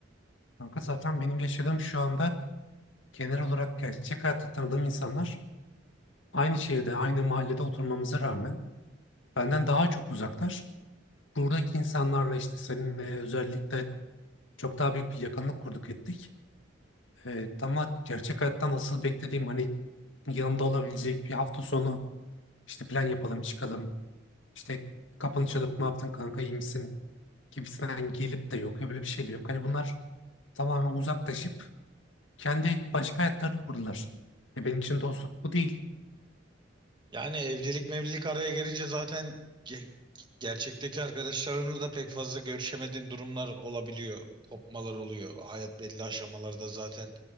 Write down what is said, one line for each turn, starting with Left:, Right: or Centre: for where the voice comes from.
Left: Kanka zaten benim yaşadığım şu anda genel olarak gerçek hayatta tanıdığım insanlar aynı şehirde, aynı mahallede oturmamıza rağmen benden daha çok uzaklar. Buradaki insanlarla işte seninle özellikle çok daha büyük bir yakınlık kurduk ettik. Ee, ama gerçek hayattan asıl beklediğim hani yanımda olabilecek bir hafta sonu işte plan yapalım çıkalım. İşte kapını çalıp ne yaptın kanka iyi misin gibisinden gelip de yok. Öyle bir şey de yok. Hani bunlar tamamen uzaklaşıp kendi başka hayatlarını kurdular. Ya benim için dostluk bu değil.
Right: Yani evlilik mevlilik araya gelince zaten ge- gerçekteki arkadaşlarınla da pek fazla görüşemediğin durumlar olabiliyor. Kopmalar oluyor. Hayat belli aşamalarda zaten